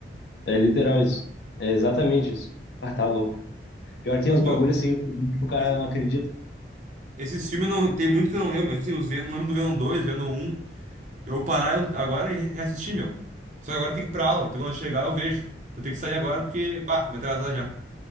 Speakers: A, on the left; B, on the right.
A: É literal isso. É exatamente isso. Ah, tá louco. Pior que tem
B: Mas,
A: uns
B: meu,
A: bagulhos assim que o cara
B: esse-
A: não acredita.
B: esses filmes não tem muito que eu não lembro, mas tipo assim, os Venom, lembro do Venom dois Venom um Eu vou parar um- agora e re- reassistir, meu. Só que agora tem que ir pra aula, então quando eu chegar eu vejo. Vou ter que sair agora porque, bah, me atrasar já.